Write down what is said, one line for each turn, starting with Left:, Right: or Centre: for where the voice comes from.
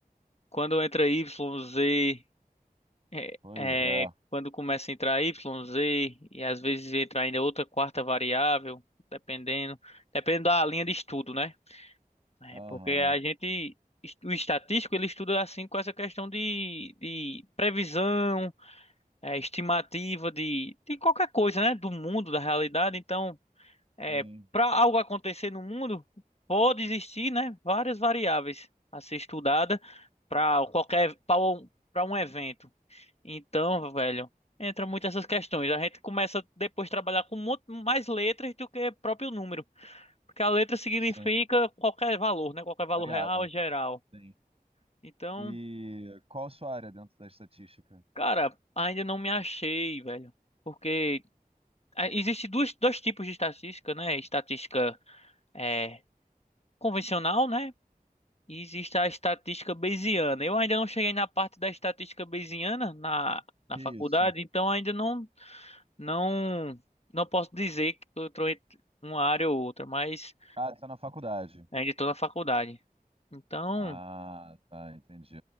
Left: quando entra Y, Z, é,
Right: Pois é.
Left: é, quando começa a entrar Y, Z, e às vezes entra ainda outra quarta variável, dependendo, dependendo da linha de estudo, né? É,
Right: Aham.
Left: porque a gente, o estatístico, ele estuda assim com essa questão de, de previsão, é, estimativa de, de qualquer coisa, né? Do mundo, da realidade. Então, é,
Right: Sim.
Left: para algo acontecer no mundo, pode existir, né? Várias variáveis a ser estudada para qualquer, para um evento. Então, velho, entra muito essas questões. A gente começa depois a trabalhar com muito mais letras do que próprio número. Porque a letra significa
Right: Sim.
Left: qualquer valor, né? Qualquer valor
Right: Variável.
Left: real, geral.
Right: Sim.
Left: Então,
Right: E qual a sua área dentro da estatística?
Left: cara, ainda não me achei, velho. Porque ah, existe duas, dois tipos de estatística, né? Estatística é, convencional, né? E existe a estatística bayesiana. Eu ainda não cheguei na parte da estatística bayesiana na, na
Right: Isso.
Left: faculdade, então ainda não, não, não posso dizer que eu estou entre uma área ou outra, mas
Right: Ah, está na faculdade.
Left: ainda estou na faculdade. Então.
Right: Ah, tá, entendi.